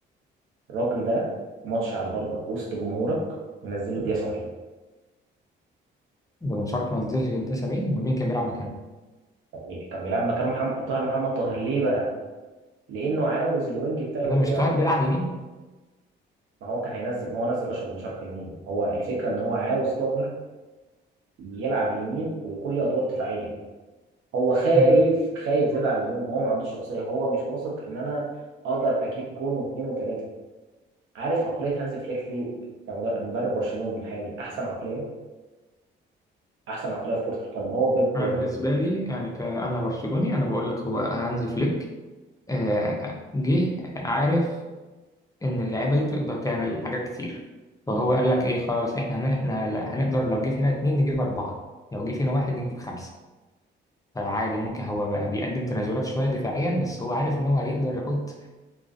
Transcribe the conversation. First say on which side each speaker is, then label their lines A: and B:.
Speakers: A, on the right; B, on the left.
A: الراجل ده ماتش على ارضك وسط جمهورك منزله بدقيقه 70
B: ده بن شرقي ما نزلش غير ده 70 ومين كان بيلعب مكانه؟
A: كان بي- كان بيلعب مكانه محمد طاهر محمد طاهر ليه بقى؟ لأنه عاوز الوينج بتاعه
B: كده
A: يكون
B: مش
A: بيعرف
B: طاهر
A: يدافع
B: بيلعب يمين
A: ما هو كان هينزل ما هو نزل أشرف بن شرقي يمين هو الفكرة إن هو عاوز طاهر يلعب يمين ويكون ليه أدوار دفاعية هو خايف
B: مم.
A: خايف زيادة عن اللزوم هو ما عندوش شخصية هو مش واثق إن أنا أقدر أجيب جون واتنين وتلاتة عارف عقلية هانز فليك ليه كمدرب مدرب برشلونة الحالي أحسن عقلية أحسن عقلية في كرة القدم هو بيب جوارديولا
B: انا بالنسبه لي يعني كأنا برشلوني انا بقول لك هو هانزي فليك آه، جه عارف ان اللعيبه دي تقدر تعمل حاجات كتير فهو قال لك ايه خلاص احنا هن... احنا لا- هنقدر لو جه فينا اتنين نجيب اربعه لو جه فينا واحد نجيب خمسه فعادي ممكن هو بقى بيقدم تنازلات شويه دفاعيا بس هو عارف ان هو هيقدر يحط